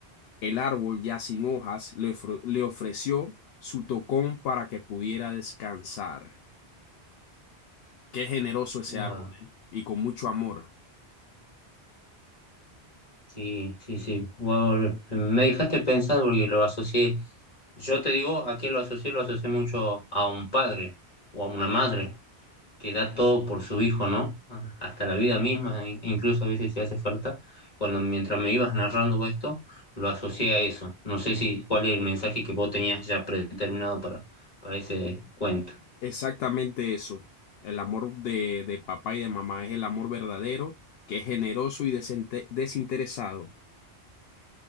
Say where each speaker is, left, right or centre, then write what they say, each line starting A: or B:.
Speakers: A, on the left (about 70°); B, on the left (about 40°).
A: El árbol, ya sin hojas, le, ofre- le ofreció su tocón para que pudiera descansar. Qué generoso ese
B: Wow.
A: árbol, ¿eh? Y con mucho amor.
B: Sí, sí, sí. Wow. Me dejaste pensando porque lo asocié. Yo te digo, ¿a qué lo asocié? Lo asocié mucho a un padre o a una madre que da todo por su hijo, ¿no? Ah, Hasta la vida misma, in- incluso a veces si hace falta. Cuando mientras me ibas narrando esto, lo asocié a eso. No sé si cuál es el mensaje que vos tenías ya predeterminado para, para ese cuento.
A: Exactamente eso. El amor de, de papá y de mamá es el amor verdadero, que es generoso y desinte- desinteresado.